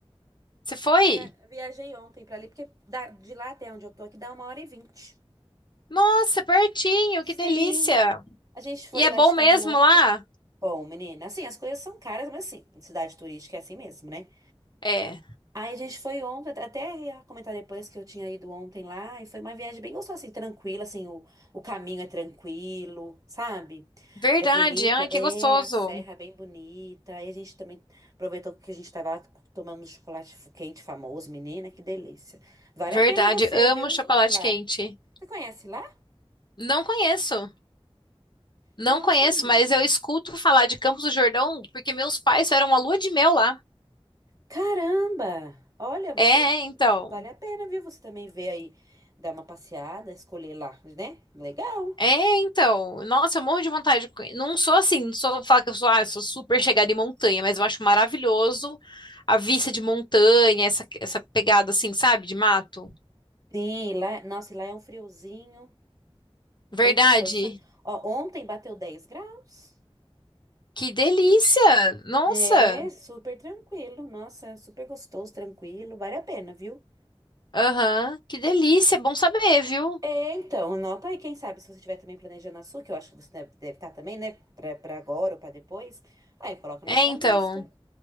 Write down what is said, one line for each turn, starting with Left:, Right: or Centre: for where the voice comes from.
Left: Você foi?
Right: Via- viajei ontem para ali, porque da- de lá até onde eu tô aqui dá uma hora e vinte.
Left: Nossa, pertinho,
Right: Sim,
Left: que delícia.
Right: a gente foi
Left: E é
Right: lá
Left: bom
Right: de
Left: mesmo
Right: carro ontem.
Left: lá?
Right: Bom, menina, assim, as coisas são caras, mas assim, cidade turística é assim mesmo, né?
Left: É.
Right: Aí a gente foi ontem, até até ia comentar depois que eu tinha ido ontem lá, e foi uma viagem bem gostosa, assim, tranquila, assim, o, o caminho é tranquilo, sabe?
Left: Verdade,
Right: É bonito,
Left: ai, que
Right: é
Left: gostoso.
Right: a serra é bem bonita. Aí a gente também aproveitou que a gente tava lá, tomamos chocolate fu- quente famoso, menina, que delícia. Vale
Left: Verdade,
Right: a pena você,
Left: amo
Right: viu?
Left: chocolate
Right: Ir lá.
Left: quente.
Right: Você conhece lá?
Left: Não conheço, não
Right: Nossa,
Left: conheço,
Right: menina.
Left: mas eu escuto falar de Campos do Jordão porque meus pais fizeram uma lua de mel lá.
Right: Caramba! Olha, vocês
Left: É, então.
Right: vale a pena, viu? Você também vê aí, dar uma passeada, escolher lá, né? Legal.
Left: É, então. Nossa, eu morro de vontade. de conhe- Não sou assim, não sou falar que eu sou, ah, eu sou super chegada em montanha, mas eu acho maravilhoso a vista de montanha, essa, essa pegada assim, sabe, de mato.
Right: Sim, lá, nossa, e lá é um friozinho,
Left: Verdade.
Right: bem gostoso. sabe? Ó, ontem bateu 10 graus.
Left: Que delícia! Nossa!
Right: É, super tranquilo. Nossa, super gostoso, tranquilo, vale a pena, viu?
Left: Aham, que delícia! é Bom saber, viu?
Right: É, então, anota aí, quem sabe, se você estiver também planejando a sua, que eu acho que você deve, deve estar também, né? Pra, pra agora ou pra depois. Aí coloca na
Left: É,
Right: sua
Left: então,
Right: lista.